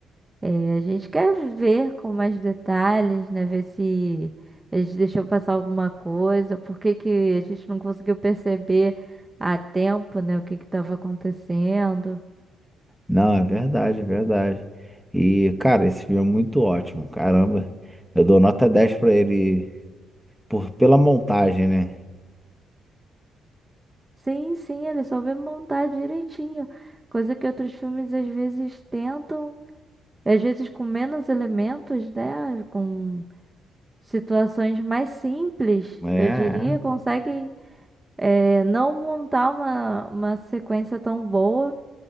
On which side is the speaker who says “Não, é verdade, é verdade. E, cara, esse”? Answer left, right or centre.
Centre